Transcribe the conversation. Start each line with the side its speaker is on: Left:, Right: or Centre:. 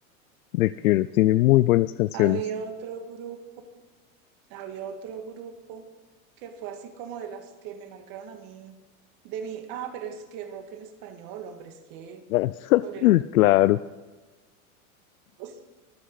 Left: The Cure tiene muy buenas canciones,
Right: Había otro grupo, había otro grupo que fue así como de las que me marcaron a mí, de mí. Ah, pero es que rock en español, hombre, es que
Left: <laughs>
Right: sobre los
Left: claro,
Right: dos.